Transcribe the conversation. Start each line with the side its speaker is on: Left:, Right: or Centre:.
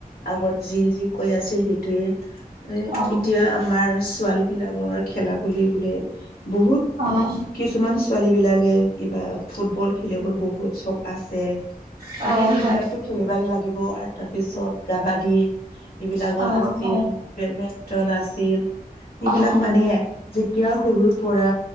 Left: আগত যি যি কৈ আছিল সেইটোয়ে। এ
Right: অ',
Left: এতিয়া আমাৰ ছোৱালীবিলাকৰ খেলা বুলি ক'লে বহুত
Right: হয়,
Left: কিছুমান ছোৱালীবিলাকে কিবা ফুটবল খেলিবলৈ বহুত চক আছে,
Right: অ',
Left: মানে সেইবিলাকতো
Right: হয়।
Left: খেলিবই লাগিব আৰু তাৰপিছত কাবাডী এইবিলাকো
Right: অ',
Left: আছিল
Right: অ', অ',
Left: বেডমিন্টন আছিল। সেইবিলাক
Right: হয়,
Left: মানে যেতিয়া সৰুৰ পৰা